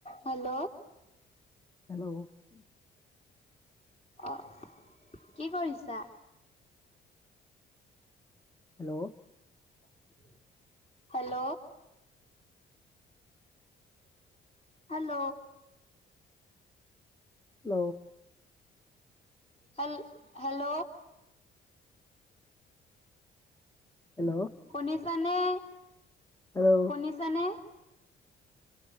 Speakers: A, on the left (about 30°); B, on the left (about 15°).
A: Hello.
B: Hello.
A: অঁ কি কৰিছা?
B: Hello.
A: <inaudible> Hello. Hello.
B: Hello.
A: Hello hello.
B: Hello.
A: শুনিছানে?
B: হেল্ল'
A: শুনিছানে?